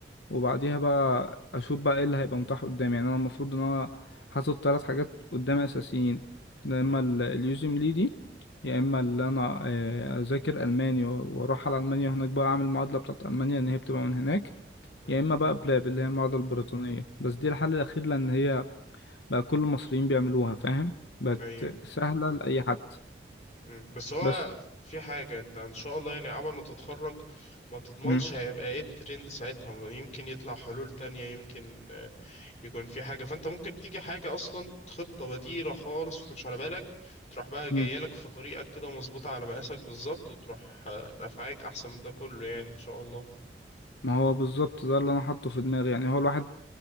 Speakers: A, on the left (about 85°); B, on the left (about 40°).
A: وبعديها بقى اشوف بقى ايه اللي هيبقى متاح قدامي يعني انا المفروض ان انا حاطط ثلاث حاجات قدامي اساسيين يا اما
B: مم.
A: اليوزم ليه دي يا اما اللي انا آه، اذاكر الماني و- واروح على المانيا هناك بقى اعمل المعادله بتاعت المانيا ان هي بتبقى من هناك
B: مم.
A: يا اما بقى بلاب اللي هي المعادله البريطانيه بس دي الحل الاخير لان هي بقى كل المصريين بيعملوها فاهم بقت
B: ايوه
A: سهله لاي حد
B: مم. بس هو
A: بس
B: في حاجة انت ان شاء الله يعني عبل ما تتخرج ما تضمنش
A: مم.
B: هيبقى ايه الترند ساعتها يمكن يطلع حلول تانية يمكن آه، يكون في حاجة فانت ممكن تيجي حاجة اصلا خطة بديلة خالص ما كنتش على بالك تروح بقى جاية
A: مم.
B: لك في طريقك كده مظبوطة على مقاسك بالظبط وتروح آه، نفعاك احسن من ده كله يعني ان شاء الله
A: ما هو بالظبط ده اللي انا حاطه في دماغي يعني هو الواحد